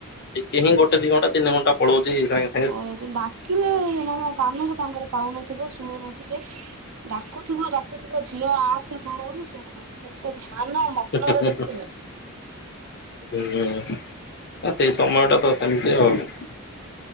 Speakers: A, on the left (about 50°); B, on the right (about 80°).
A: ଟିକେି ଗୋଟେ ଦିଣ୍ା ତିନିଣ୍ଟା ପଳଉଛିଇଙ୍ଗେ
B: ାଉ ଡାକିଲେ ମାନ କାନକୁ ତାଙ୍କରେ ପାଉନଥିବ ଶୁଣୁନଥିବେ ଡାକୁଥିବ ଡାକୁଥିବ ଝିଅ ଆ ସେ କଣ କ ଶୁଣ ଏତେ ଧ୍ୟାନ ମଗ୍ନରେ
A: ସେ
B: ଦେଖୁଥିବେ।
A: ହୁଁ ସେଇ ସମୟଟା ତ ସେମିତି ହବ